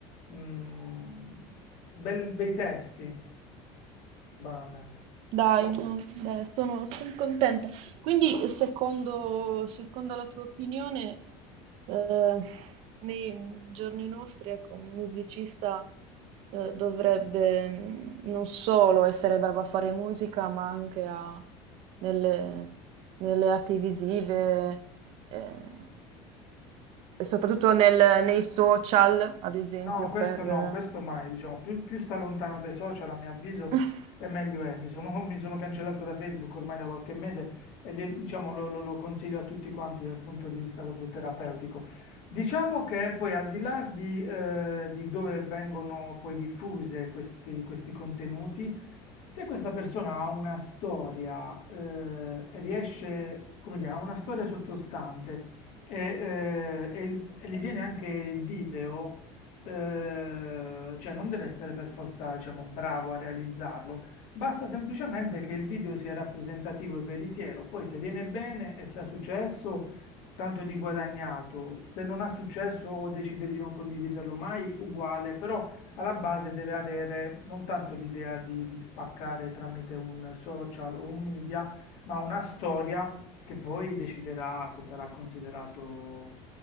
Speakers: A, on the left; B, on the right.
A: mm, bel- bei testi, banalmente.
B: Dai, no, dai, sono, son contenta. Quindi, secondo, secondo la tua opinione, eh, nei giorni nostri, ecco, un musicista, eh, dovrebbe mm, non solo essere bravo a fare musica, ma anche a- nelle, nelle arti visive, eh, e soprattutto nel- nei social, ad esempio,
A: No, questo
B: per...
A: no, questo mai, diciamo, più, più sta lontano dai social, a mio avviso,
B: <laughs>
A: e meglio è. Mi sono, mi sono cancellato da Facebook ormai da qualche mese e li- diciamo, lo, lo- lo consiglio a tutti quanti dal punto di vista proprio terapeutico. Diciamo che poi al di là di, eh, di dove vengono poi diffuse questi questi contenuti, Se questa persona ha una storia, eh, riesce, come dire, ha una storia sottostante e, eh, e il- e gli viene anche il video, eh, cioè non deve essere per forza, diciamo, bravo a realizzarlo, basta semplicemente che il video sia rappresentativo e veritiero, poi se viene bene e se ha successo, tanto di guadagnato, se non ha successo o decide di non condividerlo mai, uguale, però alla base deve avere non tanto l'idea di, di spaccare tramite un social o un media, ma una storia che poi deciderà se sarà considerato,